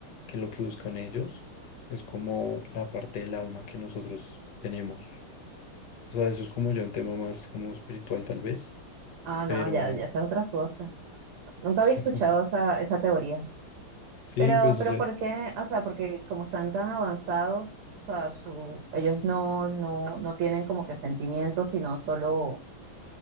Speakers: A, on the left; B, on the right.
A: que lo que buscan ellos es como la parte del alma que nosotros tenemos. O sea, eso es como ya un tema más como espiritual tal vez,
B: Ah,
A: pero
B: no, ya, ya esa es otra cosa. Nunca
A: <laughs>
B: había escuchado esa, esa teoría.
A: sí,
B: Pero,
A: pues
B: pero
A: o sea,
B: ¿por qué? O sea, porque como están tan avanzados, o sea, su, ellos no, no, no tienen como que sentimientos, sino solo